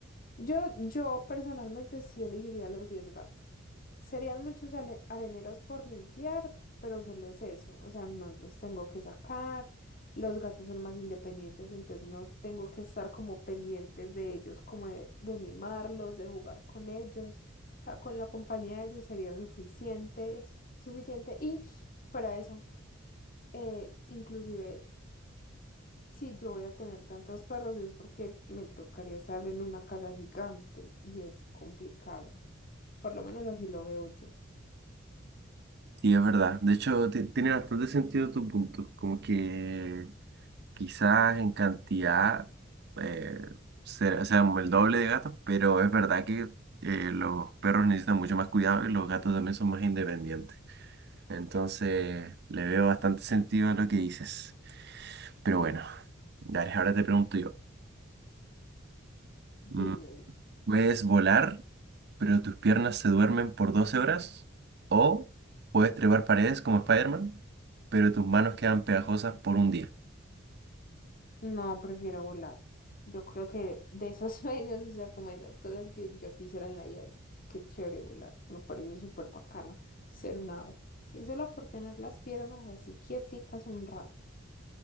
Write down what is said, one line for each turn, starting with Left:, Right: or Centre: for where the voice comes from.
Left: Yo, yo personalmente sí elegiría los diez gatos. Serían muchos ale- areneros por limpiar, pero solo es eso. O sea, no los tengo que sacar. Los gatos son más independientes, entonces no tengo que estar como pendientes de ellos, como de, de mimarlos, de jugar con ellos. O sea, con la compañía de ellos sería suficiente, suficiente. Y fuera de eso eh, inclusive si yo voy a tener tantos perros es porque me tocaría estar en una casa gigante y es complicado. Por lo menos así lo veo yo.
Right: Sí, es verdad. De hecho, ti- tiene bastante sentido tu punto. Como que Quizás en cantidad eh, sea, sean el doble de gatos, pero es verdad que eh, los perros necesitan mucho más cuidado y los gatos también son más independientes. Entonces le veo bastante sentido a lo que dices. Pero bueno, dale, ahora te pregunto yo.
Left: Dime,
Right: Mm, ¿Puedes volar, pero tus piernas se duermen por 12 horas? ¿O puedes trepar paredes como Spider-Man, pero tus manos quedan pegajosas por un día?
Left: no, prefiero volar. Yo creo que de esos <laughs> sueños, o sea, como esas cosas que yo quisiera en la vida, qué chévere volar. Me parece súper bacano ser un ave. Y solo por tener las piernas así quieticas un rato.